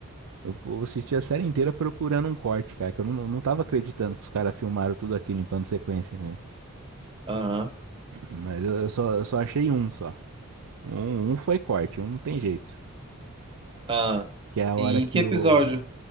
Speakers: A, on the right; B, on the right.
A: Eu, eu assisti a série inteira procurando um corte, cara, que eu não, não tava acreditando que os caras filmaram tudo aquilo em plano de sequência, né?
B: Aham,
A: Mas eu, eu só, eu só achei um só. Um, um foi corte, um não tem jeito.
B: aham.
A: Que é a hora
B: Em
A: que
B: que episódio?
A: o.